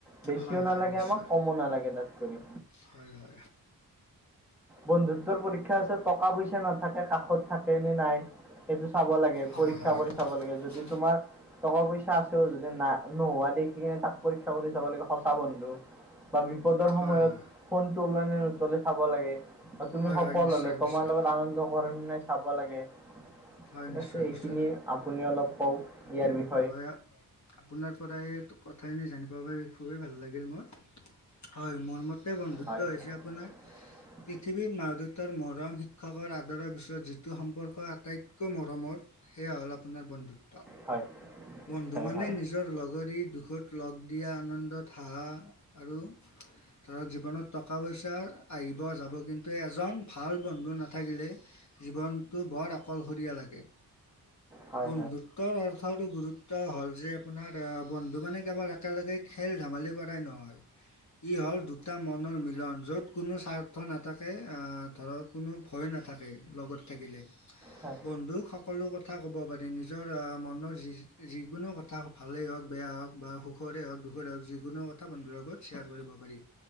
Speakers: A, in the centre; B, on the left (about 50°).
A: বেছিও
B: হয়
A: নালাগে,
B: হয় নিশ্চয়
A: আমাক কমো নালাগে তাতকৰি।
B: হয় হয়
A: বন্ধুত্বৰ পৰীক্ষা আছে, টকা পইচা নাথাকে কাষত থাকে নে নাই। সেইটো চাব লাগে,
B: হয়
A: পৰীক্ষা
B: হয়
A: কৰি
B: হয়
A: চাব লাগে। যদি তোমাৰ টকা-পইচা আছেও যদি না নোহোৱা দেখি কিনে তাক পৰীক্ষা কৰি চাব লাগে সঁচা বন্ধু। বা বিপদৰ সময়ত
B: হয় হয়
A: ফোন তোলে নে নোতোলে চাব লাগে। আৰু তুমি
B: হয়
A: সফল
B: হয় নিশ্চয়
A: হ'লে,
B: নিশ্চয়
A: তোমাৰ লগত আনন্দ কৰে নে নাই চাব লাগে।
B: হয়
A: ঠিক
B: নিশ্চয়
A: আছে, এইখিনিয়ে
B: নিশ্চয়
A: আপুনি অলপ কওক ইয়াৰ বিষয়ে।
B: হয়, আপোনাৰ পৰা এই কথাখিনি জানিব পাৰি খুবেই ভাল লাগিল মোৰ। হয়, মোৰ মতে বন্ধুত্ব
A: হয়
B: হৈছে আপোনাৰ
A: <inaudible>
B: পৃথিৱীৰ মা-দউতাৰ মৰম, শিক্ষকৰ আদৰৰ পিছত যিটো সম্পৰ্ক আটাইতকৈ মৰমৰ সেইয়া হ'ল আপোনাৰ বন্ধুত্ব।
A: হয়
B: বন্ধু
A: হয়
B: মানে
A: হয়
B: নিজ নিজৰ লগৰী দুখত লগ দিয়া, আনন্দত হাহা। আৰু ধৰক জীৱনত টকা-পইচা আহিব যাব কিন্তু এজন ভাল বন্ধু নাথাকিলে জীৱনটো বৰ অকলশৰীয়া লাগে।
A: হয় হয় হয় হয়
B: বন্ধুত্বৰ অৰ্থ ৰ্থৰ গুৰুত্ব হ'ল যে আপোনাৰ বন্ধু মানে কেৱল একেলগে খেল-ধেমালি কৰাই নহয়। ই হ'ল দুটা মনৰ মিলন। য'ত কোনো স্বাৰ্থ নাথাকে, অ' ধৰক কোনো ভয় নাথাকে লগত থাকিলে।
A: হয়।
B: বন্ধুক সকলো কথা ক'ব পাৰি, নিজৰ মনৰ যি যিকোনো কথা ভালেই হওক, বেয়া হওক বা সুখ। সুখৰে হওঁক, দুখৰে হওঁক যিকোনো কথা বন্ধুৰ সৈতে শেয়াৰ কৰিব পাৰি,